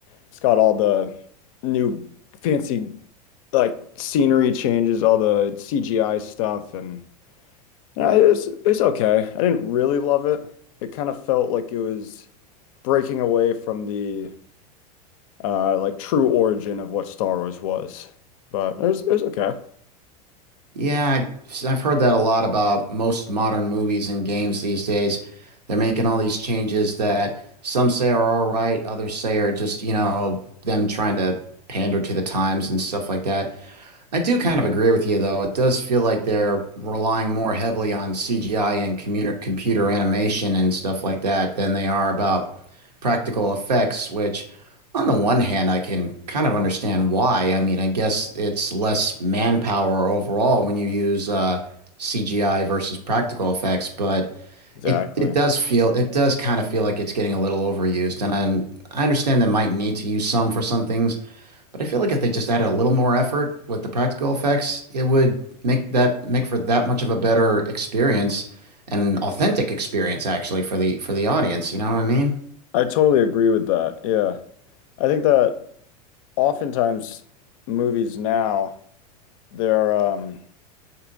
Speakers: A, on the left (about 60°); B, on the right (about 85°).
A: It's got all the new fancy like scenery changes, all the CGI stuff, and uh, it's it's okay. I didn't really love it. It kind of felt like it was. breaking away from the uh, like true origin of what Star Wars was. But it was, it was okay.
B: Yeah, I, I've heard that a lot about most modern movies and games these days. They're making all these changes that some say are all right, others say are just, you know, them trying to pander to the times and stuff like that. I do kind of agree with you, though. It does feel like they're relying more heavily on CGI and commuter computer animation and stuff like that than they are about practical effects, which, on the one hand, I can kind of understand why. I mean, I guess it's less manpower overall when you use uh, CGI versus practical effects, but
A: Exactly.
B: it it does feel it does kind of feel like it's getting a little overused, and I I understand they might need to use some for some things. But I feel like if they just added a little more effort with the practical effects, it would make that make for that much of a better experience, an authentic experience actually for the for the audience. You know what I mean?
A: I totally agree with that. Yeah. I think that oftentimes movies now, their um